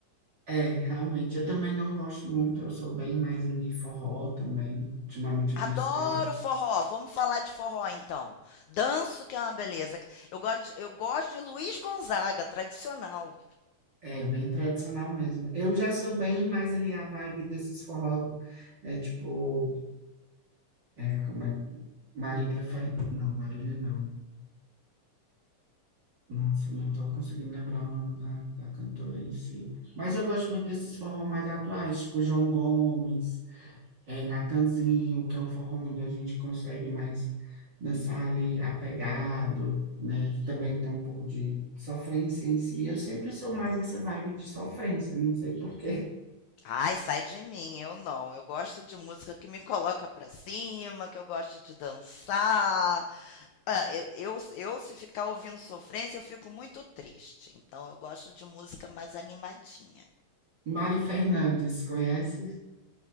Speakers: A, on the right; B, on the left.
A: É, realmente. Eu também não gosto muito. Eu sou bem mais ali forró também. Ultimamente
B: Adoro
A: eu tenho escutado.
B: forró. Vamos falar de forró então. Danço que é uma beleza. Eu gosto de, eu gosto de Luiz Gonzaga, tradicional.
A: É, bem tradicional mesmo. Eu já sou bem mais ali a vibe desses forró. É tipo. É, como é que. Marília Fer... Não, Marília não. Nossa, eu não estou conseguindo lembrar o nome da, da cantora em si. Mas eu gosto muito desses forró mais atuais, tipo João Gomes, eh, Natanzinho, que é um forró onde a gente consegue mais dançar ali apegado, né? Que Também tem um pouco de sofrência em si. Eu sempre sou mais essa vibe de sofrência, não sei por quê.
B: Ai, sai de mim, eu não. Eu gosto de música que me coloca pra cima, que eu gosto de dançar. Ah, eu, eu, eu, se ficar ouvindo sofrência, eu fico muito triste. Então, eu gosto de música mais animadinha.
A: <laughs> Mari Fernandes, conhece?